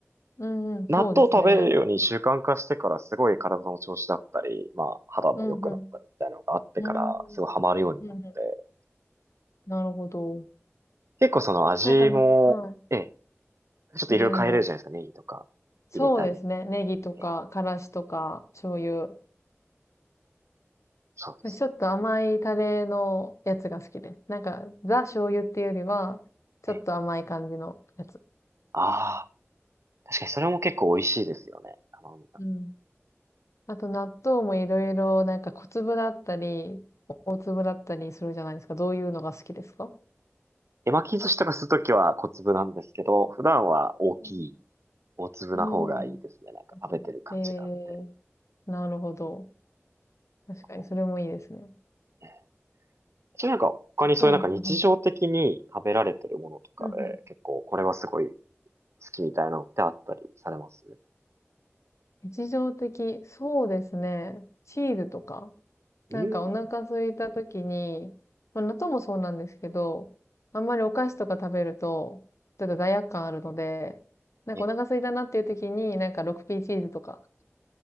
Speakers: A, on the left; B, on the right.
A: うん。うんうん、
B: 納豆を食べるように習慣化してからすごい体の調子だったり、
A: そうですね。
B: まあ肌も良くなったりみたいなのがあってから、
A: うんうん。うーん。うんうん。
B: すごいハマるようになって。
A: なるほど。
B: 結構その味も、
A: なんかな、は
B: ええ、ちょっといろいろ変えれるじゃないですか。
A: い。いずれも。
B: ネギとか入れたり。
A: そうですね。ネギとか、
B: ええ、
A: からしとか、醤油。
B: そうですね。
A: ちょっと甘いタレのやつが好きです。なんか、ザ醤油っていうよりは、ちょっと甘い感じのやつ。
B: ええ、ああ、確かにそれも結構美味しいですよね。あの、
A: うん。あと納豆もいろいろ、なんか小粒だったり、大粒だったりするじゃないですか。どういうのが好きですか
B: 手巻き寿司とかするときは小粒なんですけど、普段は大きい、
A: うん
B: 大粒な方がいいですね。
A: うん。
B: なんか食べてる感じがあって。
A: 大粒。えー、なるほど。確かに、
B: こう
A: それもいいですね。
B: ええちなみになんか他にそういうなんか日常的に食べられてるものとかで、
A: うん、うん、うん。うんうん
B: 結構これはすごい好きみたいなのってあったりされます
A: 日常的、そうですね。チーズとか。
B: うん。
A: なんかお腹空いた時に、まあ、納豆もそうなんですけど、あんまりお菓子とか食べると、ちょっと罪悪感あるので、なんかお腹空いたなっていう時に、
B: え
A: なんか 6P チーズとか、